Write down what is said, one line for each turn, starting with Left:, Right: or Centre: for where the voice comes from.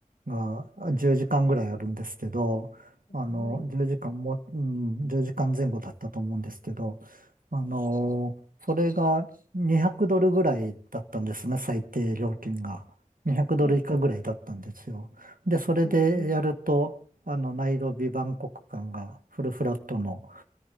Right: があ10時間ぐらいあるんですけど、あの、
Left: はい。
Right: 10時間も、うん、1時間前後だったと思うんですけど、あの、それが200ドルぐらいだったんですね、最低料金が。200ドル以下ぐらいだったんですよ。
Left: はい。
Right: で、それでやると、
Left: うんう
Right: あの、ナイロビ、バンコク間がフルフラットの